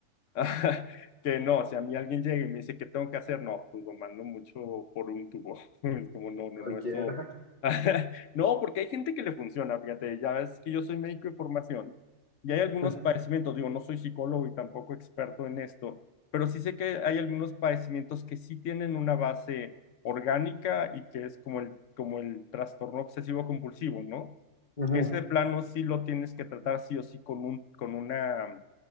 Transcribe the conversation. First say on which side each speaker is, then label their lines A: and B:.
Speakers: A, on the left; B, on the left.
A: <laughs> que no, si a mí alguien llega y me dice, ¿qué tengo que hacer? No, pues lo mando mucho por un tubo. <laughs> Es como, no, no,
B: cualquiera.
A: no, esto...
B: <laughs>
A: <laughs> No, porque hay gente que le funciona, fíjate, ya ves que yo soy médico de formación y hay algunos
B: Mm,
A: padecimientos, digo, no soy psicólogo y tampoco experto en esto, pero sí sé que hay algunos padecimientos que sí tienen una base orgánica y que es como el, como el trastorno obsesivo compulsivo, ¿no?
B: Ujú.
A: Que ese de plano sí lo tienes que tratar sí o sí con un, con una